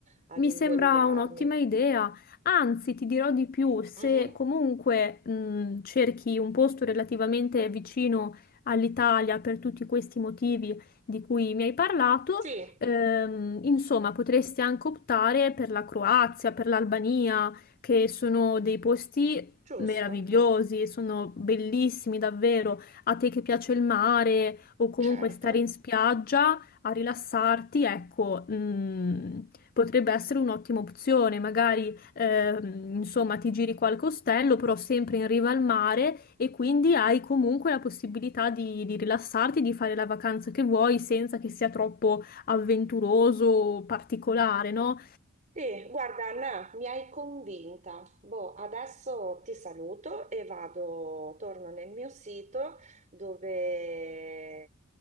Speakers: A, on the right (about 35°); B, on the left (about 40°).
A: ad
B: Mi
A: invogliarmi.
B: sembra un'ottima idea, anzi ti dirò di più, se
A: Mhm.
B: comunque mh, cerchi un posto relativamente vicino all'Italia per tutti questi motivi di cui mi hai parlato,
A: Sì,
B: ehm, insomma potresti anche optare per la Croazia, per l'Albania, che sono dei posti
A: giusto,
B: meravigliosi, sono bellissimi davvero, a te che piace il mare o comunque
A: certo.
B: stare in spiaggia a rilassarti, ecco, mm, potrebbe essere un'ottima opzione. Magari, ehm, insomma, ti giri qualche ostello, però sempre in riva al mare e quindi hai comunque la possibilità di, di rilassarti, di fare la vacanza che vuoi senza che sia troppo avventuroso o particolare, no?
A: Sì, guarda Anna, mi hai convinta. Boh, adesso ti saluto e vado, torno nel mio sito dove eh,